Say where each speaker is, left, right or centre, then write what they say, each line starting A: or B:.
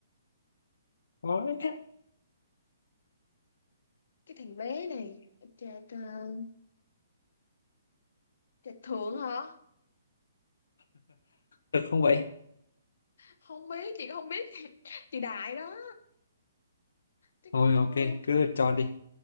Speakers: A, on the left; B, on the left.
A: khó đấy
B: cái thằng bé này. Trệt, ờ, trệt thượng hả?
A: được không vậy
B: Không biết, chị cũng không biết. <laughs> Chị Đại đó. Chứ
A: thôi
B: không.
A: ok cứ cho đi